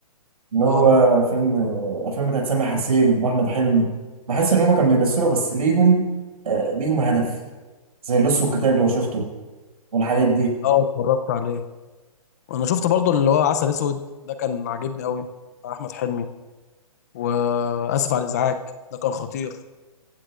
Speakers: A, on the right; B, on the left.
A: اللي هو
B: اه
A: فيلم الافلام بتاعت سامح حسين واحمد حلمي بحس ان هم كانوا بيمثلوا بس ليهم آه ليهم هدف زي اللص والكتاب لو شفته والحاجات دي
B: اه اتفرجت عليه وانا شفت برضو اللي هو عسل اسود ده كان عاجبني قوي بتاع احمد حلمي واسف على الازعاج ده كان خطير